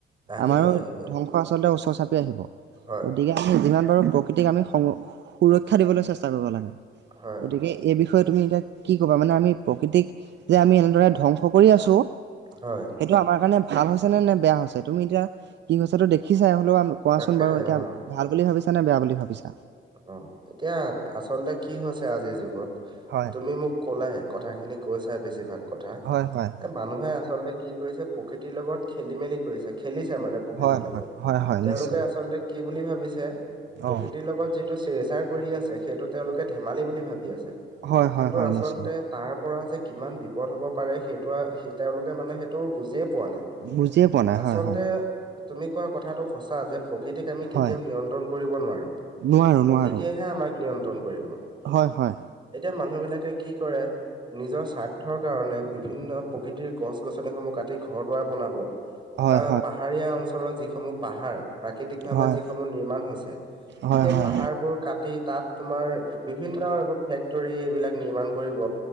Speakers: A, on the right; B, on the right.
A: আহিব
B: আমাৰো
A: আহিব
B: ধ্বংস আচলতে ওচৰ চাপি আহিব
A: হয়,
B: গতিকে আমি যিমান পাৰোঁ প্ৰকৃতিক আমি সং সুৰক্ষা দিবলৈ চেষ্টা কৰিব লাগে
A: হয়,
B: গতিকে
A: হয়।
B: এই বিষয়ে তুমি এতিয়া কি ক'বা মানে আমি প্ৰকৃতিক যে আমি এনেদৰে ধ্বংস কৰি আছোঁ
A: হয়
B: সেইটো আমাৰ কাৰণে ভাল হৈছে নে নে বেয়া হৈছে তুমি এতিয়া কি হৈছেটো দেখিছাই হ'লেও কোৱাচোন
A: তাকে
B: বাৰু এতিয়া
A: অ,
B: ভাল বুলি ভাবিছা নে বেয়া বুলি ভাবিছা
A: অ এতিয়া আচলতে কি হৈছে আজিৰ যুগত
B: হয়
A: তুমি মোক ক'লাই কথা খিনি কৈ চাই বেছিভাগ কথা
B: হয় হয়
A: মানুহে আচলতে কি কৰিছে প্ৰকৃতিৰ লগত খেলি মেলি কৰিছে। খেলিছে মানে প্ৰকৃতিৰ
B: হয়
A: লগত,
B: হয় হয় হয়
A: তেওঁলোকে
B: নিশ্চয়
A: আচলতে কি বুলি ভাবিছে প্ৰকৃতিৰ
B: অ
A: লগত যিটো চেৰচাৰ কৰি আছে সেইটো তেওঁলোকে ধেমালি বুলি ভাবি আছে।
B: হয় হয়
A: কিন্তু
B: হয়
A: আচলতে
B: নিশ্চয়
A: তাৰ পৰা যে কিমান বি বিপদ হ'ব পাৰে সেইটো স তেওঁলোকে মানে সেইটো বুজিয়ে পোৱা নাই।
B: বুজিয়ে পোৱা নাই
A: আচলতে
B: হয় হয়।
A: তুমি কোৱা কথাটো সচা যে প্ৰকৃতিক আমি কেতিয়াও
B: হয়
A: নিয়ন্ত্ৰণ কৰিব নোৱাৰো।
B: নোৱাৰো
A: প্ৰকৃতিয়েহে
B: নোৱাৰো
A: আমাক নিয়ন্ত্ৰণ কৰিব।
B: হয় হয়।
A: এতিয়া মানুহ বিলাকে কি কৰে নিজৰ স্বাৰ্থৰ কাৰণে বিভিন্ন প্ৰকৃতিৰ গছ গছনিসমূহ কাতি ঘৰ দূৱাৰ বনাব
B: হয় হয়
A: বা পাহাৰীয়া অঞ্চলৰ যিসমূহ পাহাৰ প্ৰাকৃতিক
B: হয়
A: ভাৱে যিসমূহ নিমাণ হৈছে
B: হয়
A: সেই
B: হয়
A: পাহাৰবোৰ কাটি তাত তোমাৰ বিভিন্ন এইবোৰ ফেক্টৰী এইবিলাক নিমাণ কৰিব,